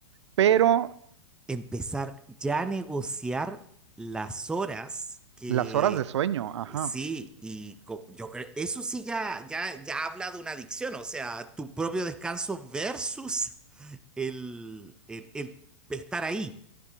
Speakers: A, on the right; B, in the centre.
A: Pero
B: empezar ya a negociar las horas que
A: Las horas de sueño, ajá.
B: eh, sí, y co- yo creo, eso sí ya, ya, ya habla de una adicción, o sea, tu propio descanso versus el, el, el estar ahí,